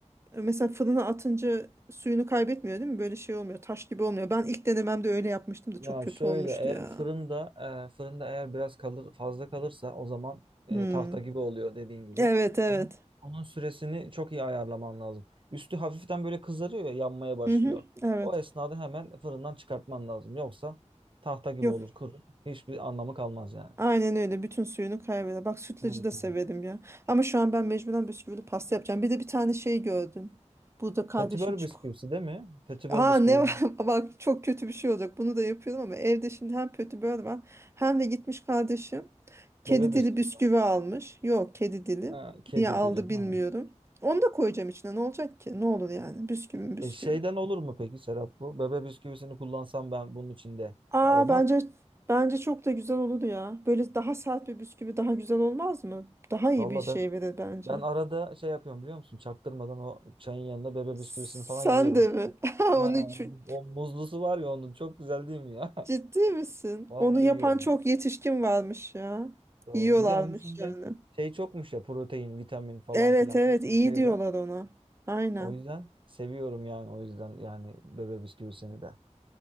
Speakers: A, on the right; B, on the right.
A: E, Mesela fırına atınca suyunu kaybetmiyor değil mi? Böyle şey olmuyor. Taş gibi olmuyor. Ben ilk denememde öyle yapmıştım da
B: Ya
A: çok kötü
B: şöyle
A: olmuştu
B: eğer
A: ya.
B: fırında e, fırında eğer biraz kalır fazla kalırsa o zaman e,
A: Hmm.
B: tahta gibi oluyor dediğin gibi.
A: Evet evet.
B: Ama onun süresini çok iyi ayarlaman lazım. Üstü hafiften böyle kızarıyor ya yanmaya başlıyor.
A: Hı hı, evet.
B: O esnada hemen fırından çıkartman lazım. Yoksa tahta gibi
A: Yok.
B: olur kurur. Hiçbir anlamı kalmaz yani.
A: Aynen öyle. Bütün suyunu kaybeder. Bak sütlacı
B: Evet.
A: da severim ya. Ama şu an ben mecburen bisküvili pasta yapacağım. Bir de bir tane şey gördüm. Burada kardeşim
B: Petibör
A: çık.
B: bisküvisi değil mi? Petibör
A: Ha
B: bisküviden.
A: ne var? <laughs> Bak çok kötü bir şey olacak. Bunu da yapıyorum ama evde şimdi hem kötü böyle var hem de gitmiş kardeşim kedi
B: Bebe
A: dili
B: bisküvisi.
A: bisküvi almış. Yok kedi dili.
B: Ha, kedi
A: Niye aldı
B: dili.
A: bilmiyorum.
B: Ha.
A: Onu da koyacağım içine. Ne olacak ki? Ne olur yani? Bisküvi mi bisküvi.
B: E, şeyden olur mu peki Serap bu? Bebe bisküvisini kullansam ben bunun içinde.
A: Aa
B: Ya olmaz.
A: bence bence çok da güzel olur ya. Böyle daha sert bir bisküvi daha güzel olmaz mı? Daha iyi
B: Valla
A: bir şey
B: ben
A: verir bence.
B: ben arada şey yapıyorum biliyor musun? Çaktırmadan o çayın yanında bebe
A: Sen
B: bisküvisini falan yiyorum.
A: de mi? <laughs> Onu
B: Ha,
A: çü-
B: o muzlusu var ya onun çok güzel değil mi ya?
A: ciddi misin?
B: <laughs> Vallahi
A: Onu yapan
B: yiyorum.
A: çok yetişkin varmış ya.
B: Doğru.
A: Yiyorlarmış
B: Bir de onun içinde
A: yani.
B: şey çokmuş ya protein, vitamin falan
A: Evet
B: filan
A: evet
B: bir sürü
A: iyi
B: şey
A: diyorlar
B: var.
A: ona. Aynen.
B: O yüzden seviyorum yani o yüzden yani bebe bisküvisini de.